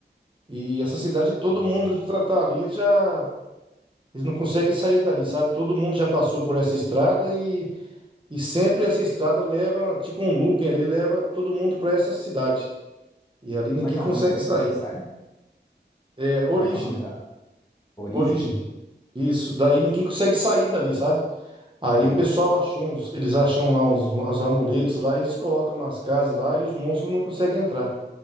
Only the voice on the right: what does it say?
E essa cidade, é todo
mundo tá, tá ali já. Eles não conseguem sair dali, sabe? Todo mundo já passou por essa estrada e, e sempre essa estrada leva, tipo um looping ali, leva todo mundo para essa cidade. E ali ninguém
consegue
sair.
É, origem,
origem. Isso, daí ninguém consegue sair dali, sabe? Aí
o pessoal achou, uns, eles acham lá uns, os amuletos lá, e eles colocam nas casas lá e os monstros não conseguem entrar.